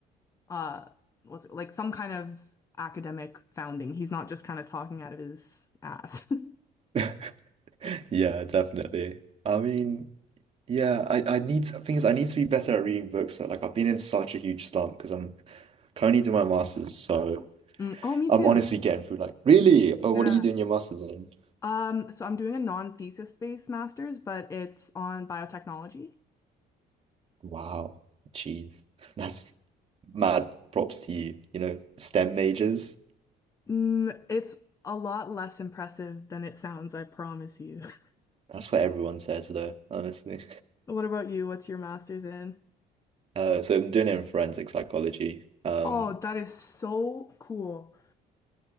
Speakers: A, on the left; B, on the right.
A: uh what's it, like some kind of academic founding. He's not just kind of talking out of his ass. <laughs>
B: <laughs> yeah, definitely. I mean, yeah, I I need to, thing is I need to be better at reading books. So, Like I've been in such a huge slump because I'm currently doing my master's, so.
A: Mm, Oh, me
B: I'm
A: too.
B: honestly getting through like, really? Oh,
A: Yeah.
B: what are you doing your master's in?
A: Um, so I'm doing a non-thesis based master's, but it's on biotechnology.
B: Wow, jeez. That's mad props to you. You know, STEM majors.
A: Mm, it's a lot less impressive than it sounds, I promise you. <laughs>
B: That's what everyone says though, honestly.
A: What about you? What's your master's in?
B: Uh, so I'm doing it in forensic psychology. Um,
A: Oh, that is so cool.